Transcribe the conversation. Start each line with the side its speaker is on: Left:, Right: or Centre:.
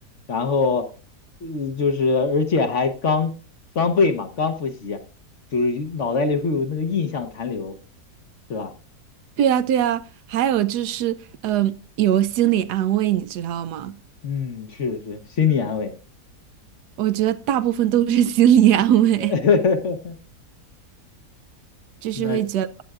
Left: 然后呃就是而且还刚刚背嘛，刚复习，就是脑袋里会有那个印象残留，是吧？
Right: 对呀，对呀，还有就是，嗯、有心理安慰，你知道吗？
Left: 嗯，是是，心理安慰。
Right: 我觉得大部分都是 <laughs> 心理安慰，
Left: <laughs>
Right: 就是会觉得，
Left: 那